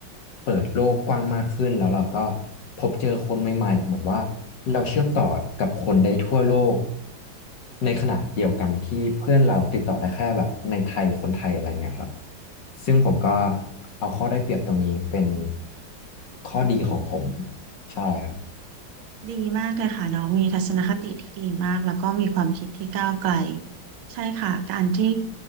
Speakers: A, on the left; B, on the right.
A: เปิดโลกกว้างมากขึ้นแล้วเราก็พบเจอคนใหม่ๆเหมือนว่าเราเชื่อมต่อกับคนได้ทั่วโลกในขณะเดียวกันที่เพื่อนเราติดต่อได้แค่แบบในไทยคนไทยอะไรเงี้ยครับซึ่งผมก็เอาข้อได้เปรียบตรงนี้เป็นข้อดีของผมใช่ครับ
B: ดีมากเลยค่ะน้องมีทัศนคติที่ดีมากแล้วก็มีความคิดที่ก้าวไกลใช่ค่ะการที่